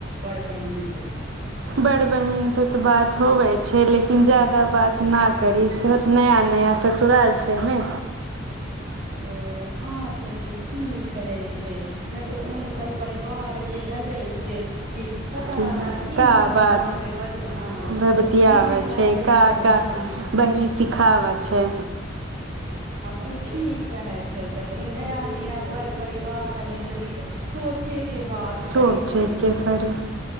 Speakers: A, on the right; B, on the right.
A: बड़ बहिन से
B: बड़ बहीनसँ तऽ बात होबै छै लेकिन ज्यादा बात नाह करी से नया नया ससुराल छै ने
A: ओ हँ सखी ठीक कहै छै ना तऽ हुनकर परिवार के लगै छै कि पता
B: कि
A: न की
B: का
A: फोनमा
B: बात
A: पे बती हँ
B: बभबतियाबै
A: दिने राते
B: छै का
A: हँ
B: का
A: हँ
B: बहिनी सिखाबै छै
A: तु ठीक कहै छै सखी नया निया पर परिवार मे जरी सोचे के बात
B: सोचेके
A: करी पड़ी
B: परी